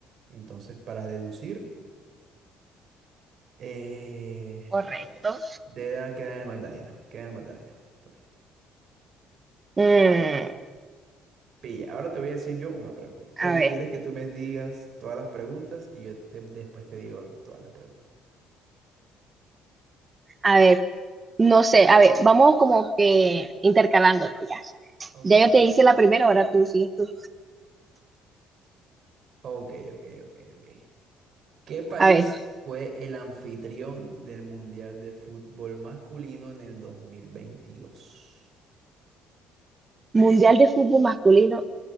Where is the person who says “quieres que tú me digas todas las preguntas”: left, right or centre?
Right